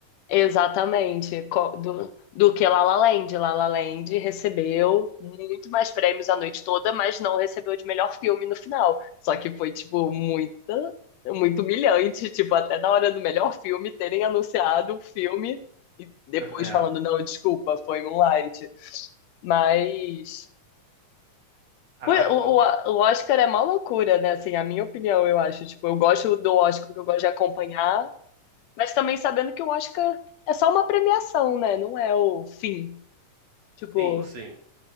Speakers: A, on the left; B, on the right.
A: exatamente co- do, do que La La Land. La La Land recebeu muito mais prêmios a noite toda, mas não recebeu de melhor filme no final. Só que foi, tipo, muita, muito humilhante, tipo, até na hora do melhor filme terem anunciado o filme e depois
B: É,
A: falando, não, desculpa, foi Moonlight. Mas
B: caraca.
A: O, o, o Oscar é mó loucura, né? Assim, a minha opinião, eu acho. Tipo, eu gosto do Oscar porque eu gosto de acompanhar, mas também sabendo que o Oscar é só uma premiação, né? Não é o fim. Tipo,
B: Sim, sim.